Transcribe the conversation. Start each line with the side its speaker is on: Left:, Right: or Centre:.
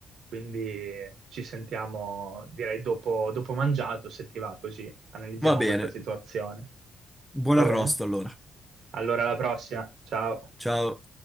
Right: Quindi ci sentiamo, direi, dopo, dopo mangiato, se ti va, così analizziamo
Centre: Va bene,
Right: questa situazione.
Centre: buon
Right: Va
Centre: arrosto
Right: bene?
Centre: allora.
Right: Allora, alla prossima. Ciao.
Centre: Ciao.